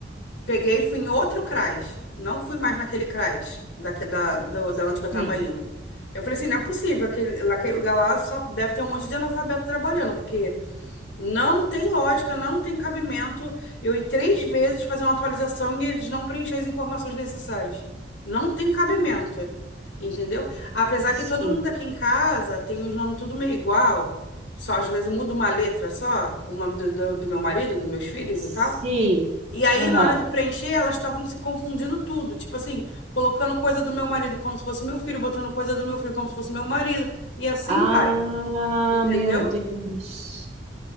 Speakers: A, on the left; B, on the right.
A: Peguei e fui em outro CRAS. Não fui mais naquele CRAS, daque- da, do- da, onde que eu tava
B: Sim,
A: indo. Eu falei assim, não é possível, aquele, naquele lugar lá só deve ter um monte de analfabeto trabalhando, porque não tem lógica, não tem cabimento eu ir três vezes fazer uma atualização e eles não preencherem as informações necessárias. Não tem cabimento, entendeu? Apesar
B: sim,
A: que todo mundo aqui em casa tem os nomes tudo meio igual, só às vezes muda uma letra só, o nome do, do, do meu marido, dos meus filhos
B: sim.
A: e tal. E aí,
B: Aham.
A: na hora de preencher, elas estavam se confundindo tudo, tipo assim, colocando coisa do meu marido como se fosse meu filho, botando coisa do meu filho como se fosse meu marido, e assim
B: Ah,
A: vai, entendeu?
B: meu Deus.